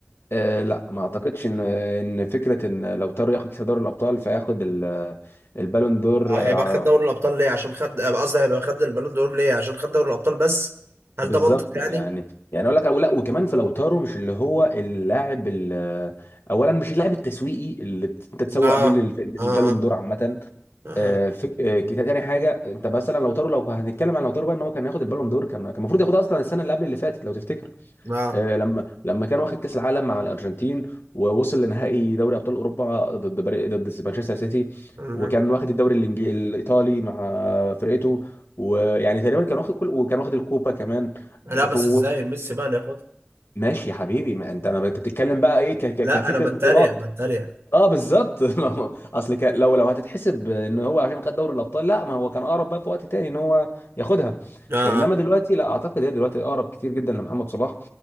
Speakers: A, on the left (about 70°); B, on the right (about 75°).
A: آه، لا ما اعتقدش ان ان فكره ان لو تارو ياخد كاس دوري الابطال فياخد ال- البالون دور
B: آه، هيبقى
A: آه،
B: خد دوري الابطال ليه عشان خد آه، قصدي هيبقى خد البالون دور ليه عشان خد دوري الابطال بس هل
A: بالظبط
B: ده منطق يعني
A: يعني يعني اقول لك لا وكمان في لوتارو مش اللي هو اللاعب ال- اولا مش اللاعب التسويقي اللي انت تسوق
B: اه
A: بيه لل- للبالون
B: اه اه
A: دور عامه
B: اه
A: آه، فك... آه، كت- تاني حاجه انت مثلا لوتارو لو هنتكلم عن لوتارو بقى ان هو كان ياخد البالون دور كان كان المفروض ياخدها اصلا السنه اللي قبل اللي فاتت لو تفتكر
B: آه.
A: آه، لما لما كان واخد كاس العالم مع الارجنتين ووصل لنهائي دوري ابطال اوروبا ضد بري- ضد مانشستر سيتي
B: مهم.
A: وكان واخد الدوري الإنج- الايطالي مع فرقته ويعني تقريبا كان واخد كل وكان واخد الكوبا كمان
B: لا
A: آه،
B: بس
A: ف- و-
B: ازاي ميسي بقى اللي ياخدها
A: ماشي يا حبيبي ما انت انا انت بتتكلم بقى ايه ك- ك-
B: لا
A: كفكره
B: انا بتريق
A: بطولات
B: بتريق
A: اه بالظبط <laughs> ما هو- اصل كان لو لو هتتحسب ان هو عشان خد دوري الابطال لا ما هو كان اقرب بقى في وقت تاني ان هو ياخدها
B: اه
A: انما
B: اه
A: دلوقتي لا اعتقد هي دلوقتي اقرب كتير جدا لمحمد صلاح